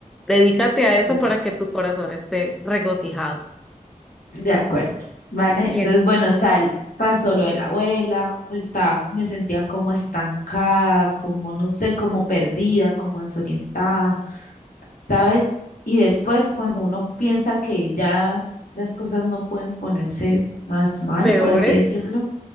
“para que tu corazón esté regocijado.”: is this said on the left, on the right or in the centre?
Centre